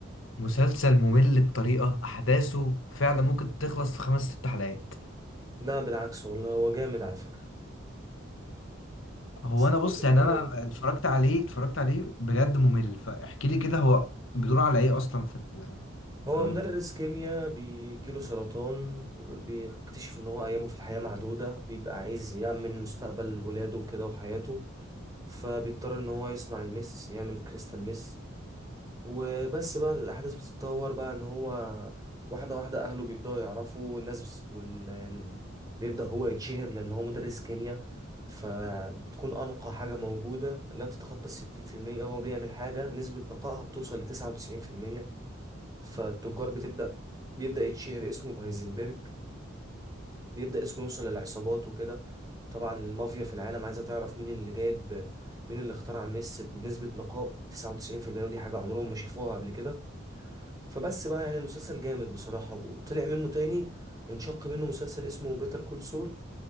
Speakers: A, on the left (about 70°); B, on the right (about 20°).
A: مسلسل ممل بطريقة أحداثه فعلا ممكن تخلص في خمس ست حلقات
B: لا بالعكس والله هو جامد على فكره
A: هو
B: بس تلاقيك
A: أنا بص
B: انت
A: يعني
B: اللي
A: أنا اتفرجت عليه اتفرجت عليه بجد ممل فاحكي لي كده هو بيدور على إيه أصلا في ال-
B: هو
A: في العموم
B: مدرس كيمياء بيجيله سرطان بيكتشف ان هو ايامه في الحياه معدوده بيبقى عايز يأمن مستقبل ولاده وكده وحياته فبيضطر ان هو يصنع المس يعمل كريستال مس وبس بقى الاحداث بتتطور بقى ان هو واحده واحده اهله بيبداوا يعرفوا الناس وال... ال- بيبدا هو يتشهر لان هو مدرس كيمياء فبتكون انقى حاجه موجوده لا تتخطى الستين في المية هو بيعمل حاجه نسبه نقائها بتوصل لتسعة وتسعين في المية فالتجار بتبدا بيبدا يتشهر اسمه بهايزنبرج بيبدأ اسمه يوصل للعصابات وكده طبعا المافيا في العالم عايزة تعرف مين اللي جايب مين اللي اخترع ميسي بنسبة نقاء 99% ودي حاجة عمرهم ما شافوها قبل كده فبس بقى يعني المسلسل جامد بصراحة وطلع منه تاني انشق منه مسلسل اسمه بيتر كول سول